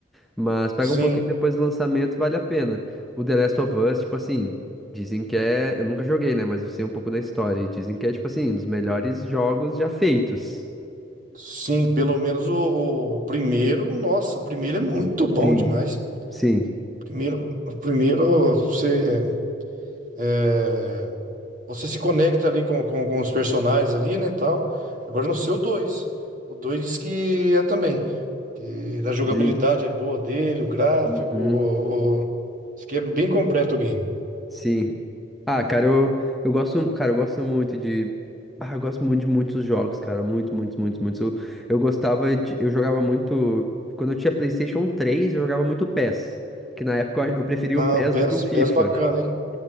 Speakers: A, in the centre; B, on the right.
A: Mas pega
B: Sim,
A: um pouquinho depois do lançamento, vale a pena. O The Last of Us, tipo assim, dizem que é. Eu nunca joguei, né? Mas eu sei um pouco da história. E dizem que é, tipo assim, um dos melhores jogos já feitos.
B: sim, pelo menos o, o- o primeiro. Nossa, o primeiro é muito bom
A: Sim.
B: demais.
A: Sim.
B: Primeiro, o primeiro você, é, você se conecta ali com, com, com os personagens ali, né, tal. Agora não sei o dois O 2 diz que é também. Que a jogabilidade
A: Dizem.
B: é boa dele, o gráfico,
A: Uhum.
B: o, o- diz que é bem completo o game.
A: Sim. Ah, cara, eu, eu gosto, cara, eu gosto muito de. Ah, eu gosto muito de muitos jogos, cara. Muito, muitos, muitos, muitos. Eu, eu gostava de. Eu jogava muito. Quando eu tinha PlayStation três eu jogava muito PES. Que na época eu eu preferia
B: Ah,
A: o PES
B: o PES,
A: do que o FIFA.
B: PES bacana, hein?